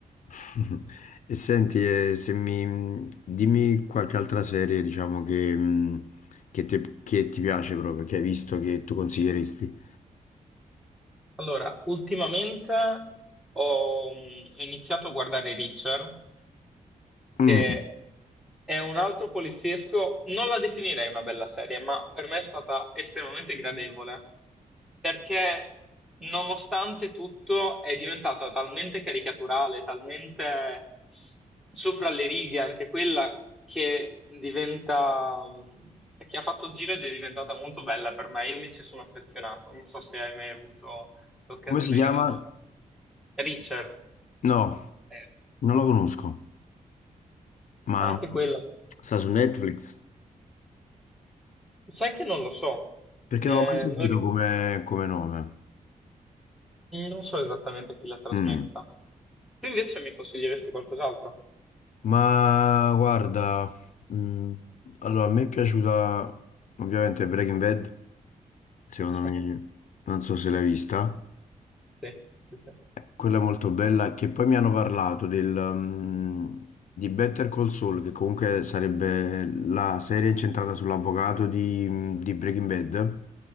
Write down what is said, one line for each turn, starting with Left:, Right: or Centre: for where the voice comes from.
Left: <laughs> E senti, eh, se mi, dimmi qualche altra serie, diciamo, che, mh, che, te- che ti piace proprio, che hai visto, che tu consiglieresti.
Centre: Allora, ultimamente ho, mm, ho iniziato a guardare Reacher, che
Left: Mm.
Centre: è un altro poliziesco, non la definirei una bella serie, ma per me è stata estremamente gradevole, perché nonostante tutto è diventata talmente caricaturale, talmente sopra le righe anche quella, che diventa, mm, che ha fatto il giro ed è diventata molto bella per me. Io mi ci sono affezionato, non so se hai mai avuto L'occasione
Left: Come si chiama?
Centre: di Dudson. Richard,
Left: No,
Centre: eh,
Left: non la conosco, ma
Centre: Anche quella,
Left: sta su Netflix?
Centre: sai che non lo so,
Left: Perché
Centre: Eh,
Left: non l'ho mai sentito
Centre: non, ri-
Left: come, come nome.
Centre: non so esattamente chi la trasmetta.
Left: Mm.
Centre: Tu invece mi consiglieresti qualcos'altro?
Left: Ma guarda, mm, allora a me è piaciuta ovviamente Breaking Bad, secondo
Centre: <laughs>
Left: me, non so se l'hai vista,
Centre: Sì, sì, sì,
Left: quella è molto bella, che poi mi hanno parlato del, mm, di Better Call Saul, che comunque sarebbe la serie incentrata sull'avvocato di, mm, di Breaking Bad.